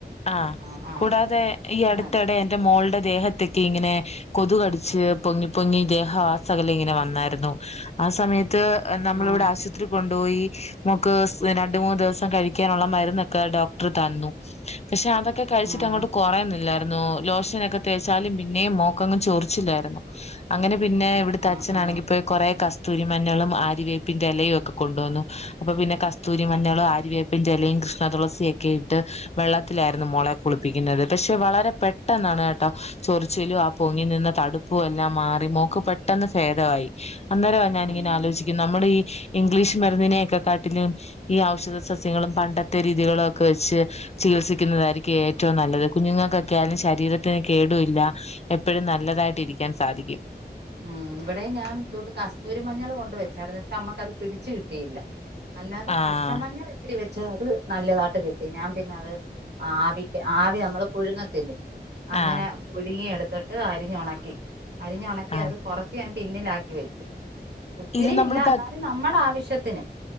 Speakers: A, on the left (about 40°); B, on the right (about 75°).
A: ആഹ്
B: ആ ആ
A: കൂടാതെ ഈ
B: അത്
A: അടുത്തിടെ
B: നല്ലതാ
A: ന്റെ മോളുടെ ദേഹത്തൊക്കെ ഇങ്ങനെ കൊതുകടിച്ച് പൊങ്ങി പൊങ്ങി ദേഹാസകല ഇങ്ങനെ വന്നായിരുന്നു ആഹ് സമയത്ത് എ നമ്മളിവ്ടെ
B: ആ
A: അശുത്രി കൊണ്ടുപോയി മോക്ക് സ് രണ്ട് മൂന്ന് ദിവസം കഴിക്കാനുള്ള മര്ന്നൊക്കെ ഡോക്ടർ തന്നു പക്ഷെ അതൊക്കെ കഴിച്ചിട്ട്
B: ആ
A: അങ്ങോട്ട് കൊറേയുന്നില്ല രുന്നു ലോഷനൊക്കെ തേച്ചാലും പിന്നേം മോൾക്കങ്ങു ചൊറിച്ചിലായിരുന്നു അങ്ങനെ പിന്നെ ഇവിടുത്തെ
B: ആഹ്
A: അച്ഛനാണെങ്കി
B: ആഹ്
A: പോയ് കൊറേ കസ്തൂരി മഞ്ഞളും ആരിവേപ്പിന്റെ എലയും ഒക്കെ കൊണ്ടുവന്നു അപ്പൊ പിന്നെ കസ് തൂരിമഞ്ഞളും
B: ആഹ്
A: ആരിവേപ്പിന്റെ എലയും കൃഷ്ണതുളസിയൊക്കെ ഇട്ട് വെള്ളത്തിലായിരുന്നു മോളെ കുളിപ്പിക്കുന്നത് പക്ഷെ വളരെ പെട്ടെന്നാണ് കേട്ടോ ചൊറിച്ചിലും ആഹ് പൊങ്ങി നിന്ന തടുപ്പും എല്ലാ മാറി മോക്ക് പെട്ടെന്ന് ഭേദവായി അന്നേരവാ ഞാനിങ്ങനെ
B: ഉം
A: ആലോചിക്കുന്ന നമ്മടെ ഈ ഇംഗ്ലീഷ് മരുന്നിനെക്കെകാട്ടിലും ഈ ഔഷധ സസ്യ സ്യങ്ങളും പണ്ടത്തെ രീതികളൊക്കെ വെച്ച് ചികിത്സിക്കുന്നതായിരിക്കും ഏറ്റവും നല്ലത് കുഞ്ഞുങ്ങൾക്കൊക്കെയായാലും ശരീരത്തിന് കേടുല്ല എപ്പോഴും നല്ലതായിട്ട് ഇരിക്കാൻ സാധിക്കും
B: ഉം ഇവിടെ ഞാൻ ഇതോട്ട് കസ്തൂരി മഞ്ഞള് കൊണ്ട് വെച്ചായിരുന്നു പക്ഷെ നമ്മക്ക് അത് പിടിച്ച് കിട്ടിയില്ല അല്ലാതെ
A: ആഹ്
B: പച്ചമഞ്ഞള് ഇത്തിരി വെച്ച് അത് നല്ലതായിട്ട് കിട്ടി ഞാൻ പിന്നെ അത് ആവിക്ക് ആവി നമ്മള് പുഴുങ്ങത്തില്ലേ അങ്ങനെ
A: ആഹ്
B: പുഴുങ്ങി എടുത്തിട്ട് അരിഞ്ഞുണക്കി അരിഞ്ഞുണക്കി
A: ആഹ്
B: അത് കുറച് ച്ച് ഞാൻ ടിന്നിലാക്കി വെച്ച് ഒത്തിരി
A: ഇത് നമ്മള്
B: ഇല്ല
A: പ
B: എന്നാലും നമ്മുടെ ആവശ്യത്തിന്